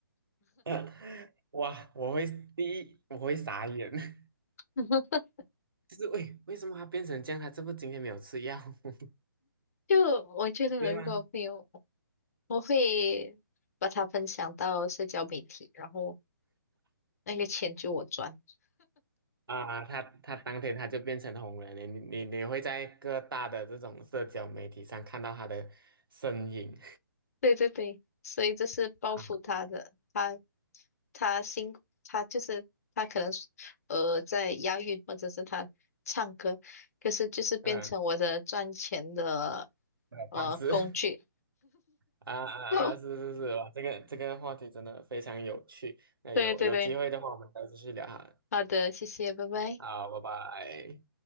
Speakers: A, on the right; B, on the left.
A: <laughs> 哇，我会第一，我会傻眼，<laughs>
B: <laughs>
A: 就是为为什么他变成这样？他这不今天没有吃药 <laughs>
B: 就我觉得，
A: 对吗？
B: 如果朋友，我会把它分享到社交媒体，然后那个钱就我赚。
A: 啊？他他当天他就变成红人了，你你你会在各大的这种社交媒体上看到他的身影，
B: 对对对，所以这是报复他的，
A: <laughs> 好，
B: 他他辛苦他就是他可能是呃在押韵或者是他唱歌，可是就是变成我的赚钱的
A: 嗯，呃，
B: 呃工具。
A: 方式。啊啊啊！
B: <laughs>
A: 是是是，哇，这个这个话题真的非常有趣。那有有机会的话，
B: 对对对，
A: 我们再继续聊哈。
B: 好的，谢谢，拜拜。
A: 好，拜拜。